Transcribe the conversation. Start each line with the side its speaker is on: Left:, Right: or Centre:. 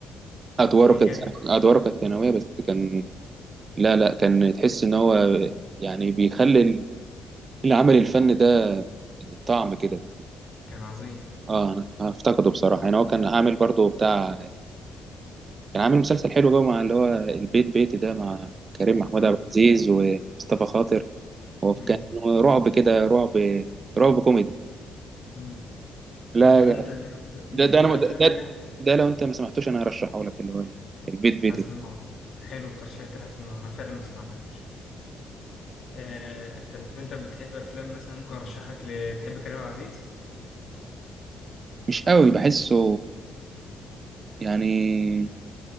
Right: ادواره
Left: كان
Right: كانت
Left: جامد
Right: ادواره كانت ثانويه بس كان لا لا كان تحس ان هو يعني بيخلي العمل الفني ده طعم كده
Left: كان عظيم
Right: اه انا أنا افتقده بصراحه يعني هو كان عامل برضو بتاع كان عامل مسلسل حلو بقى مع اللي هو البيت بيتي ده مع كريم محمود
Left: اه
Right: عبد العزيز ومصطفى خاطر هو
Left: مم.
Right: كان رعب كده رعب رعب كوميدي
Left: مم.
Right: لا
Left: طب انت بتحب
Right: ده ده انا
Left: افلام
Right: ده, ده
Left: ايه لا
Right: ده لو انت ما سمعتوش انا هرشحه لك اللي هو البيت
Left: هسمعه
Right: بيتي ده.
Left: حلو الترشيح ده هسمعه انا فعلا ما سمعتوش آه، طب انت بتحب افلام مثلا ممكن ارشح لك ل... بتحب كريم عبد العزيز
Right: مش قوي بحسه يعني